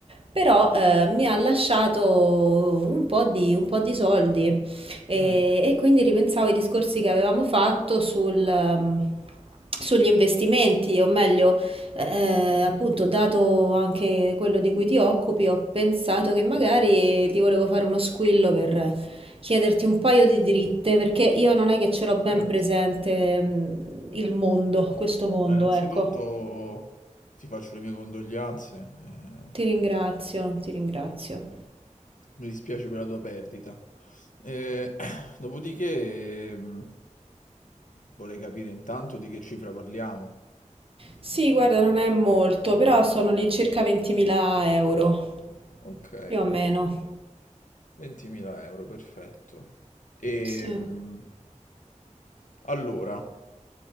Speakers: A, on the right (about 45°); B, on the left (about 80°).
A: Però eh, mi ha lasciato un po' di, un po' di soldi e,
B: Mm,
A: e quindi ripensavo ai discorsi che avevamo fatto sul, ehm, sugli investimenti, o meglio, eh, appunto, dato anche quello di cui ti occupi, ho pensato che magari ti volevo fare uno squillo per chiederti un paio di dritte perché io non è che ce l'ho ben
B: certo.
A: presente, mh, il mondo, questo mondo,
B: Allora, innanzitutto
A: ecco.
B: ti faccio le mie condoglianze. eh,
A: Ti ringrazio, ti ringrazio.
B: mi dispiace per la tua perdita. Eh, <coughs> <clears throat> dopodiché, mm, vorrei capire intanto di che cifra parliamo.
A: Sì, guarda, non è molto, però sono lì circa 20.000 euro,
B: Ok.
A: più o meno.
B: 20.000 euro, perfetto. Ehm,
A: Sì.
B: allora,